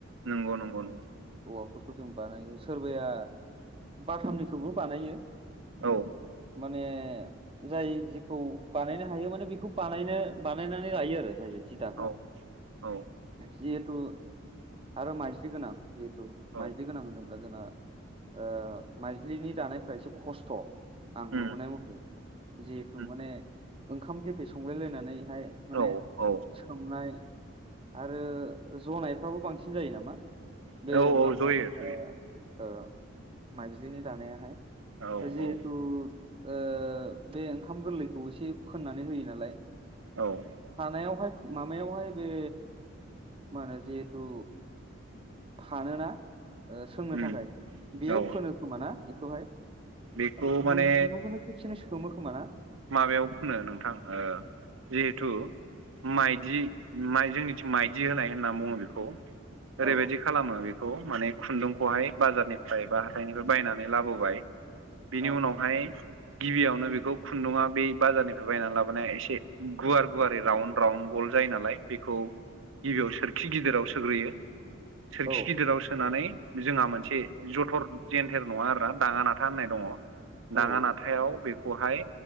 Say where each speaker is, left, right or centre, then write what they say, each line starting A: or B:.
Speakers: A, on the right; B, on the right.
A: नंगौ नंगौ नंगौ
B: औवाफोरखौ जों बानायो सोरबाया बाथामनिखौबो बानायो।
A: औ
B: माने जाय जिखौ बानायनो हायो माने बेखौ बानायनो बानायनानै लायो आरो जाय जि दाग्रा
A: औ औ
B: जिहेथु आरो माइज्लि गोनां। जिहेथु
A: औ
B: मायदि गोनां होनोब्ला जोंना ओ माइज्लिनि दानायफ्रा एसे खस्थ' आं नुबोनाय
A: उम
B: मथे जिहेथु
A: उम
B: माने ओंखाम गेफे संलायलायनानैहाय माने
A: औ औ
B: सोमनाय आरो जनायफ्राबो बांसिन जायो नामा? बे
A: जयो
B: माबाया
A: जयो
B: ओ ओ माइजिनि दानायाहाय
A: औ
B: जिहेथु
A: औ
B: ओ बे ओंखाम गोरलैखौ एसे फोननानै होयो नालाय
A: औ
B: हानायावहाय माबायावहाय बे मा होनो जिहेथु फानोना ओ सोंनो
A: उम
B: थाखाय बेयाव
A: औ
B: फोनो खोमाना बेखौहाय
A: बेखौ
B: फुन्दुं
A: माने
B: खुन्दुंखौनो खबसेनो सोमो खोमा ना
A: माबायाव फुनो नोंथां ओ जिहेथु माइदि माय जोंनिथिं माइदि होनाय होनना बुङो बेखौ ओरैबायदि
B: औ
A: खालामो बेखौ माने खुन्दुंखौहाय बाजारनिफ्राय बा हाथाइनिफ्राय बायनानै लाबोबाय। बेनि
B: औ
A: उनावहाय गिबियावनो बेखौ खुन्दुङा बे बाजारनिफ्राय बायनानै लाबोनाया एसे गुवार गुवारै राउन्ड राउन गल जायो नालाय बेखौ गिबियाव सोरखि गिदिराव सोग्रोयो सोरखि
B: औ
A: गिदिराव सोनानै जोंहा मोनसे जथर जेन्थेर नङा आरोना दाङा नाथा होननाय दङ। नाङा
B: औ
A: नाथायाव बेखौहाय